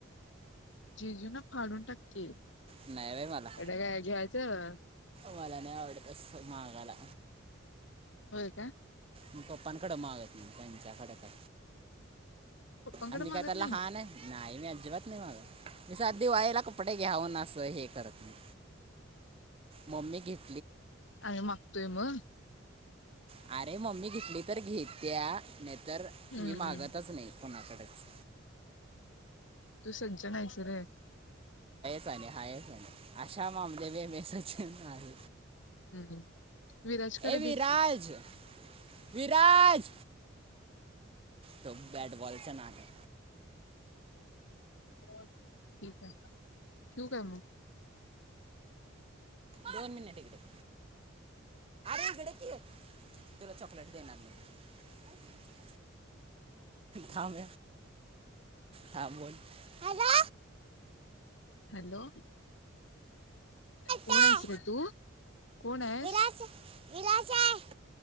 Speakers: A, on the left; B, on the right.
A: जिजू ना फाडून टाकिल. <unintelligible>
B: नाही बे मला मला नाही आवडत अस मागाला
A: काय काय
B: मी पप्पांकड मागत पंचाखडका
A: पप्पांकडे
B: आमी
A: मागत
B: काय आता लहान
A: नाहीस
B: आहे. नाही मी अजिबात नाही मागत. मी साध दिवाळीला कप कपडे घ्या म्हणून अस हे करत नाही. मम्मी घेती
A: आय मागतोय मग.
B: अरे नाही मम्मी दिसली तर घेत्या नाही तरर
A: हम्म
B: मी मागतच नाही कोणाकडच.
A: तू सज्ज नाहीस रे.
B: हायच, अशा मामले मे सजन हाय.
A: हम, विराज कर
B: विराज
A: दे की
B: विराज. तो बॅट बॉलच्या नादी
A: मग ठीक आहे, ठेवू काय मग.
B: दोन मिनिट इकडे ये <inaudible> <inaudible> थांब हा बोल हॅलो.
A: हॅलो कोण
B: काय
A: आहेस ग तू. कोण आहेस.
B: विलास विलास आहे